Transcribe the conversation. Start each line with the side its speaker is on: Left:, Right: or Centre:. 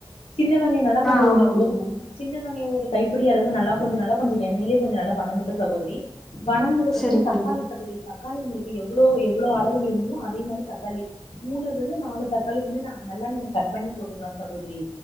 Left: சின்ன வெங் நல்லா கொஞ்சோ
Centre: ஆ ஆமாங்க
Left: ஒருக் ஒருக்
Centre: தோழி
Left: சின்ன வெங்காயோ ஒரு கைப் பிடி அளவு நல்லா கொஞ்சோ நல்லா கொஞ்சோ எண்ணெயில கொஞ்சோ நல்லா வணங்கட்டு சகோதரி வணங்குனதுக்கு
Centre: செரிங்க
Left: அப்றோ தக்காளி
Centre: தோழி
Left: சகோதரி தக்காளி உங்களுக்கு எவ்ளோ எவ்ளோ அளவு வேணுமோ அதே மாரி தக்காளி மூணுல இருந்து நாலு தக்காளி வந்து ந நல்லா நீங்க கட் பண்ணி போட்டுக்லா சகோதரி